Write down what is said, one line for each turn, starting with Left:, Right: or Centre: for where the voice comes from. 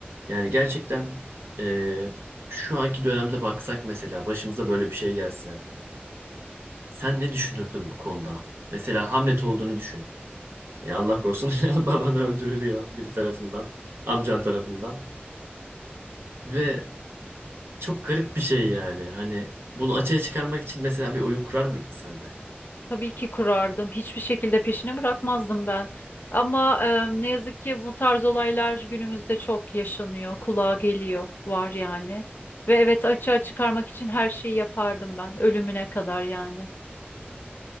Right: Yani gerçekten eee, şu anki dönemde baksak mesela başımıza böyle bir şey gelse. Sen ne düşünürdün bu konuda? Mesela Hamlet olduğunu düşün. Ya Allah korusun <laughs> baban öldürülüyor biri tarafından, amcan tarafından. Ve Çok garip bir şey yani. Hani bunu açığa çıkarmak için mesela bir oyun kurar mıydın sen de?
Left: Tabii ki kurardım. Hiçbir şekilde peşini bırakmazdım ben. Ama e, ne yazık ki bu tarz olaylar günümüzde çok yaşanıyor, kulağa geliyor, var yani. Ve evet açığa çıkarmak için her şeyi yapardım ben, ölümüne kadar yani.